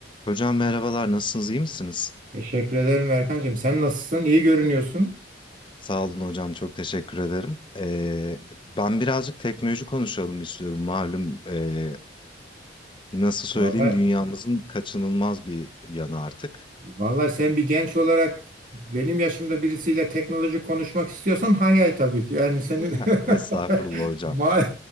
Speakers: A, on the left; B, on the right.
A: Hocam merhabalar, nasılsınız, iyi misiniz?
B: Teşekkür ederim Erkancığım. Sen nasılsın? İyi görünüyorsun.
A: Sağ olun hocam, çok teşekkür ederim. Ee, ben birazcık teknoloji konuşalım istiyorum. Malum ee, nasıl söyleyeyim
B: Vallahi,
A: dünyamızın kaçınılmaz bir yanı artık.
B: vallahi sen bir genç olarak benim yaşımda birisiyle teknoloji konuşmak istiyorsan hay hay tabii ki. Yani senin
A: <laughs> Estağfurullah
B: <laughs>
A: hocam.
B: mal,